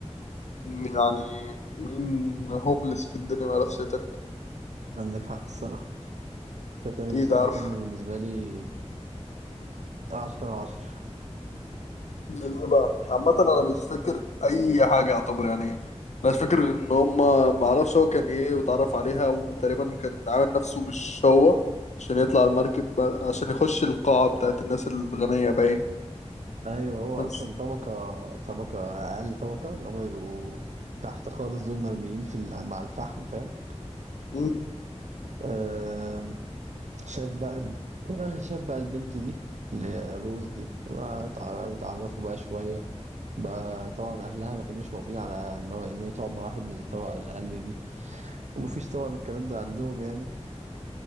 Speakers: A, on the left; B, on the right.
A: يعني مين هوملس في الدنيا ما يعرفش يترك
B: عندك حق الصراحة تايتانيك
A: اكيد
B: بصراحة
A: عارف
B: فيلم بالنسبة لي عشرة على عشرة
A: ده ليه بقى عامة انا مش فاكر اي حاجة يعتبر يعني مش فاكر غير ان هما معرفش هو كان ايه واتعرف عليها وتقريبا كان عامل نفسه مش هو عشان يطلع المركب بقى- عشان يخش القاعة بتاعت الناس الغنية باين
B: أيوة هو
A: أنا
B: أصلا
A: مش-
B: طبقة طبقة أقل طبقة اللي هما بيبقوا تحت خالص دول مرميين في ال- مع الفحم فاهم؟
A: مم.
B: آه شاف بقى الب... <clears throat> شاف بقى البنت دي اللي هي روز دي وتعرفوا بقى شوية بقى طبعا اهلها ما كانوش موافقين على ان هو ان هي تقعد مع واحد من الطبقه الاقل دي ومفيش طبعا الكلام ده عندهم يعني